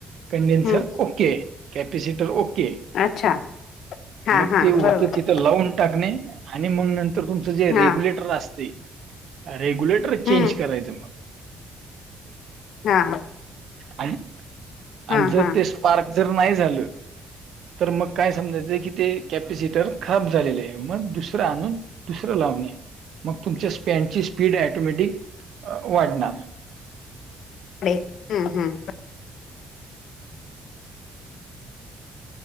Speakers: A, on the right (about 65°); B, on the left (about 75°).
A: कंडेनसर
B: हम्म
A: ओकेय. Capacitor okay.
B: अच्छा हा
A: मग
B: हा
A: ते होत
B: बरोबर
A: तिथं लावून टाकणे आणि मग नर तर तुमचं जे रेग्युलेटर
B: हा
A: असते रेग्युलेटर चेंज
B: हम्म
A: करायचं मग
B: हा.
A: आणि
B: हा
A: आणि
B: हा
A: जर ते स्पार्क जर नाही झालं. तर मग काय समजायचं की ते कॅपेसिटर खराब झालेले आहे मग दुसरं आणून दुसरं लावणे मग तुमच्या स्पॅनची स्पीड टोमॅटिक वाढणार.
B: हम्म हम्.